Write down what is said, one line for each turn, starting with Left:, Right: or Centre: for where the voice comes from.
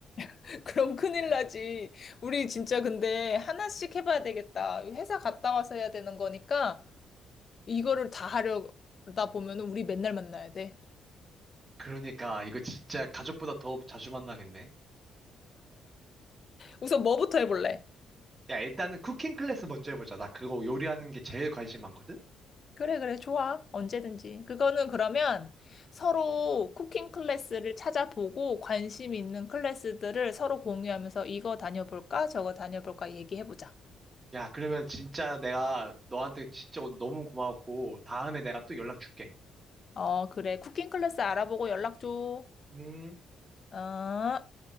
Left: <laughs> 그럼 큰일 나지. 우리 진짜 근데 하나씩 해봐야 되겠다. 회사 갔다 와서 해야 되는 거니까 이거를 다 하려다 보면은 우리 맨날 만나야 돼.
Right: 그러니까, 이거 진짜 가족보다 더 자주 만나겠네.
Left: 우선 뭐부터 해볼래?
Right: 야, 일단은 쿠킹 클래스 먼저 해보자. 나 그거 요리하는 게 제일 관심 많거든?
Left: 그래, 그래, 좋아. 언제든지. 그거는 그러면 서로 쿠킹 클래스를 찾아보고 관심 있는 클래스들을 서로 공유하면서 이거 다녀볼까? 저거 다녀볼까? 얘기해보자.
Right: 야, 그러면 진짜 내가 너한테 진짜 오늘 너무 고마웠고, 다음에 내가 또 연락 줄게.
Left: 어, 그래. 쿠킹 클래스 알아보고 연락 줘.
Right: 음.
Left: 어.